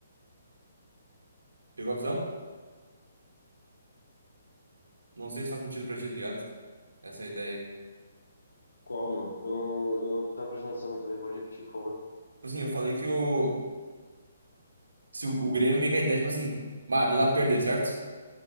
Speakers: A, on the right; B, on the left.
A: Pegou a visão? Não sei se faz sentido pra ti, tá ligado? Essa ideia aí. Tipo
B: Qual, meu? Eu não, eu não tava prestando atenção muito bem, pode repetir, por favor.
A: Assim, eu falei que o. Se o, o Grêmio vem com a ideia, tipo assim, bah, não dá pra perder, certo?